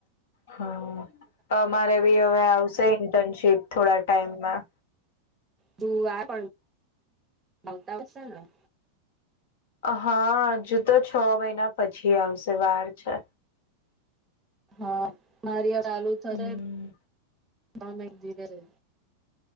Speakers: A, on the left; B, on the right.
A: હમ અમારે બી હવે આવશે ઇન્ટર્નશીપ થોડા ટાઈમમાં
B: જુ પણ આવતા <unintelligible>
A: હા હજુ તો છ મહિના પછી આવશે વાર છે.
B: હા મારી ચાલુ થશે
A: હમ.
B: ધીરે